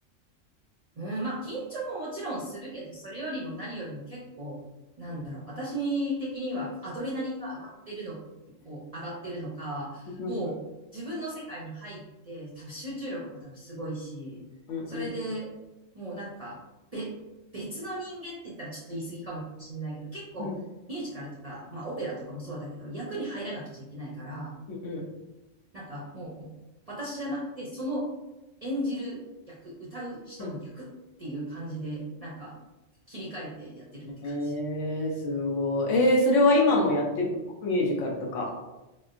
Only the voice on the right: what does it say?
うん、まあ、緊張ももちろんするけど、それよりも何よりも結構、なんだろう、私的にはアドレナリンが上がってるの、こう、上がってるのか、
もう自分の世界に入って、多分集中力も多分すごいし、
それでもうなんか、べ、別の人間って言ったらちょっと言い過ぎかもしれないけど、結構ミュージカルとか、
まあオペラとかもそうだけど、役に入らなくちゃいけないから、
なんかもう、私じゃなくて、その演じる役、歌う人の役っていう感じで、
なんか切り替えてやってるって感じ。